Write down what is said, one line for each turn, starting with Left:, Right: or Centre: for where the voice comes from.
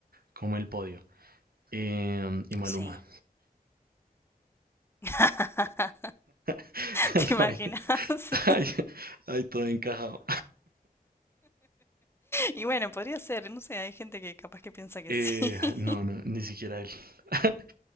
Right: como el podio. em, y Maluma.
Left: Sí. <laughs>
Right: <laughs> No
Left: ¿Te imaginas?
Right: hay,
Left: <laughs>
Right: hay, hay todo encajado.
Left: Y bueno, podría ser, no sé, hay gente que capaz que piensa que
Right: Eh,
Left: sí. <laughs>
Right: no, no, ni siquiera él. <laughs>